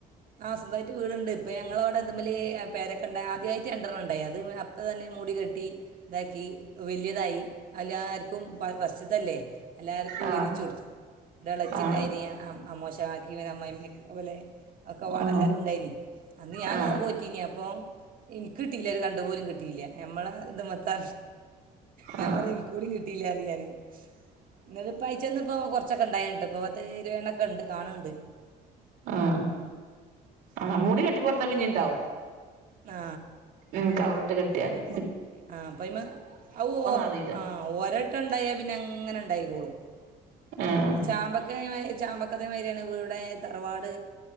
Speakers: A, on the right; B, on the right.
A: ആഹ് സ്വന്തായിട്ട് വീടുണ്ട് ഇപ്പൊ ഞങ്ങളവടെ ഇത്മില് പേരക്ക ഇണ്ടായി ആദ്യായിട്ട് രണ്ടെണ്ണം ഇണ്ടായി അത് അപ്പ തന്നെ മൂടി കെട്ടി ഇതാക്കി വലിയതായി അല്ലാർ കും വ വസ് ത്തല്ലെ എല്ലാർക്കും
B: ആ ആ
A: വീതിച്ചു കൊടുത്തു ഇൻ്റെ ഇളച്ചിണ്ടായിനി
B: ആ
A: അ അ മോശ <unintelligible> അമ്മായിയമ്മൊക്കെ പോലെ ഒക്കെപ്പാടെ
B: ആ
A: എല്ലാരും ഉണ്ടായിനി, അന്ന് ഞാൻ
B: ആ
A: നോമ്പ് നോറ്റിനി അപ്പൊ എനിക്ക് കിട്ടിയില്ല ഒരു തണ്ട് പോലും കിട്ടിയില്ല ഞമ്മളെ ഇത് മത്തെ ഞാൻ
B: ആ
A: പറയും എനിക്ക് കൂടി കിട്ട പറയും ഞാന് ഇങ്ങൾക്ക് ഇപ്പൊ അയച്ചെന്നപ്പൊ കൊറച്ചൊക്കെ ഇണ്ടായ് ട്ടപ്പ പത്ത് ഇരുപതെണ്ണൊക്കെ ഇണ്ട് കാണണ്ട്
B: ആഹ് ആഹ് മൂടി കെട്ടിക്കൊടുത്ത പിന്നേണ്ടാവും
A: ആ
B: ഉം കവർ ട്ട് കിട്ടിയാതി
A: ആ അപ്പ അതിമ്മേ ആഹ് ഓ
B: അറിയില്ല
A: ആഹ് ഒരട്ടം ഇണ്ടായാ പിന്നെ ഇങ്ങനെ ഇണ്ടായിക്കോളും
B: ആഹ്
A: ചാമ്പക്ക <unintelligible> ചാമ്പ അതേമാരിയാണ് ഇവടെ തറവാട്